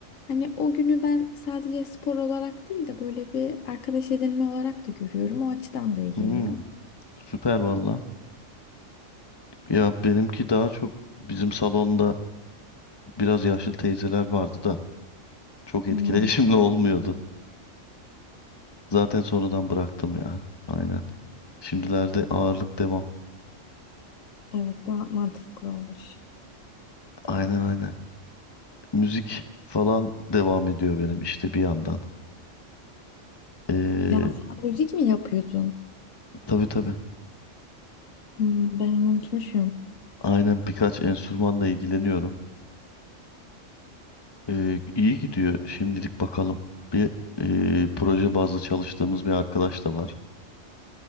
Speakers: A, on the left; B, on the left.
A: Hani o günü ben sadece spor olarak değil de böyle bir arkadaş edinme olarak da görüyorum. O açıdan da iyi geliyor.
B: Hı, süper valla. Ya benimki daha çok bizim salonda biraz yaşlı teyzeler vardı da çok etkileşimli
A: Hmm,
B: <laughs> olmuyordu. Zaten sonradan bıraktım ya. Aynen. Şimdilerde ağırlık devam.
A: evet daha mantıklı olmuş.
B: Aynen aynen. Müzik falan devam ediyor benim işte bir yandan. Ee,
A: Ya sen müzik mi yapıyordun?
B: tabii tabii.
A: Hmm, ben onu unutmuşum.
B: Aynen birkaç enstrümanla ilgileniyorum. Ee, iyi gidiyor şimdilik bakalım. Bir e, proje bazlı çalıştığımız bir arkadaş da var.